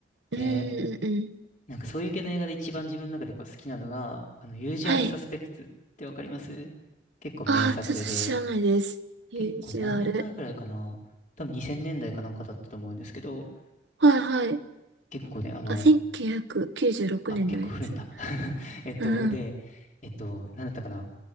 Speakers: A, on the right (about 75°); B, on the left (about 45°).
A: うんうんうん。
B: で、なんかそういう系の映画で一番自分の中でこう好きなのが、あの、ユージュアルサスペクツってわかります結構名作で、
A: はい。ああ、ちょっと知らないです。ユージュアル。
B: 結構何年前くらいかな多分2000年代かなんかだったと思うんですけど、
A: はいはい。
B: 結構ね、あの、
A: あ、1996年のやつ。
B: あ、結構古いんだ。<laughs> えっと、
A: うんうん。
B: で、えっと、なんだったかな